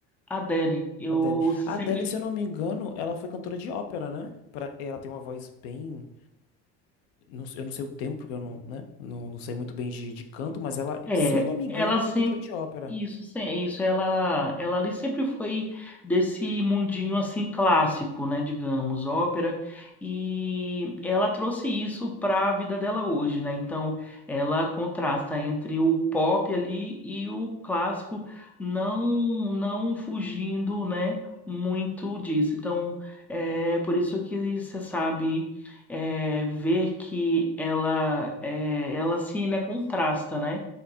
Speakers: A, in the centre; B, on the left.
A: Adele. Eu
B: Adele.
A: sempre
B: A Adele, se eu não me engano, ela foi cantora de ópera, né? Pra- Ela tem uma voz bem. não sei- eu não sei o tempo, porque eu não, né? Não, não sei muito bem de, de canto, mas ela,
A: É,
B: se eu não me engano,
A: ela
B: ela
A: sempre
B: foi cantora de ópera
A: isso, se- isso ela ela ali sempre foi desse mundinho assim clássico, né, digamos, ópera, e ela trouxe isso para a vida dela hoje, né? Então, ela contrasta entre o pop ali e o clássico, não não fugindo, né, muito disso. Então, é por isso que você sabe é, ver que ela é, ela se, né, contrasta, né?